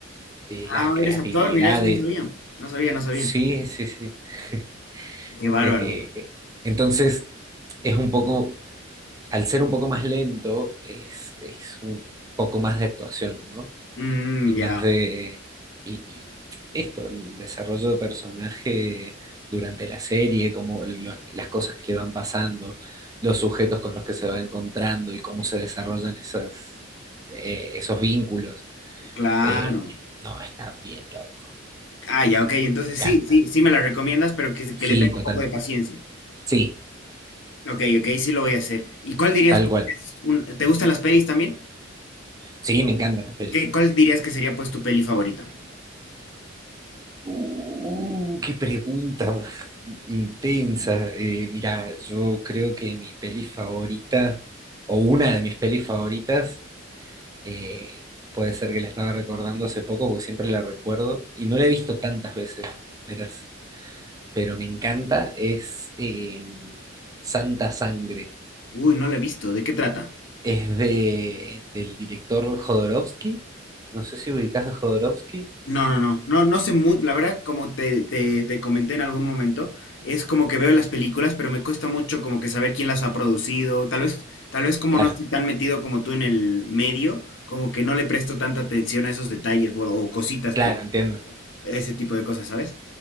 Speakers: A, on the right; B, on the left.
A: de
B: Ah,
A: la creatividad,
B: eres actor, mira, eso
A: del...
B: no sabía. No sabía, no sabía.
A: Sí, sí, sí. <laughs>
B: Qué bárbaro.
A: Eh, entonces, es un poco al ser un poco más lento, es, es un poco más de actuación, ¿no?
B: Mm,
A: Y más
B: ya,
A: de... Y, y esto, el desarrollo de personaje durante la serie, como lo- las cosas que le van pasando, los sujetos con los que se va encontrando y cómo se desarrollan esas, eh, esos vínculos.
B: claro.
A: Eh, no, está bien loco.
B: Ah, ya, ok. Entonces
A: Me encanta.
B: sí, sí, sí me la recomiendas, pero que,
A: Sí,
B: que le tenga
A: totalmente.
B: un poco de paciencia.
A: Sí,
B: Ok, ok, sí lo voy a hacer. ¿Y cuál dirías,
A: tal
B: pues,
A: cual.
B: que es un- ¿te gustan las pelis también?
A: Sí, me encantan las pelis.
B: ¿Qué, cuál dirías que sería, pues, tu peli favorita?
A: Uh, qué pregunta más intensa. Eh, mirá, yo creo que mi peli favorita, o una de mis pelis favoritas, eh, puede ser que la estaba recordando hace poco, porque siempre la recuerdo, y no la he visto tantas veces, verás, pero me encanta, es eh, Santa Sangre.
B: Uy, no la he visto. ¿De qué trata?
A: Es de, del director Jodorowsky. No sé si ubicás a Jodorowsky.
B: No, no, no, no, no sé mucho, la verdad, como te, te, te comenté en algún momento, es como que veo las películas, pero me cuesta mucho como que saber quién las ha producido, tal vez, tal vez como
A: Claro,
B: no estoy tan metido como tú en el medio, como que no le presto tanta atención a esos detalles o, o cositas
A: claro,
B: que,
A: entiendo.
B: ese tipo de cosas, ¿sabes?